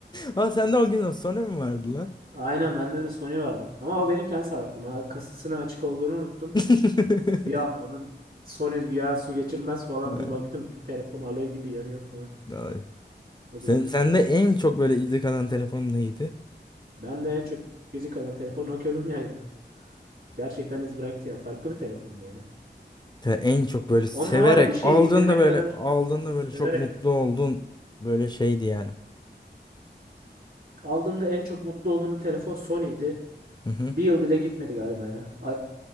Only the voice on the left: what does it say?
Ha sende o gün sonra mı vardı lan?
<laughs>
Ha,
Vay.
Sen,
sende
en çok böyle izi kalan telefon neydi?
Te- En çok böyle severek
aldığında
böyle
aldığında
böyle çok mutlu
oldun böyle şeydi yani.
Hı hı.